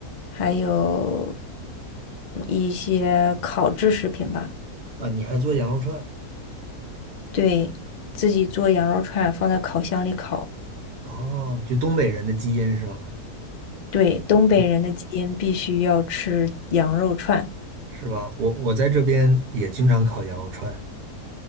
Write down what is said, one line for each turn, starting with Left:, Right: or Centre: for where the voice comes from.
Left: 还有一些烤制食品吧。
Right: 啊，你还做羊肉串？
Left: 对，自己做羊肉串，放在烤箱里烤。
Right: 哦，就东北人的基因是吧？
Left: 对，东北人的基因必须要吃羊肉串。
Right: 你是吧？我我在这边也经常烤羊肉串。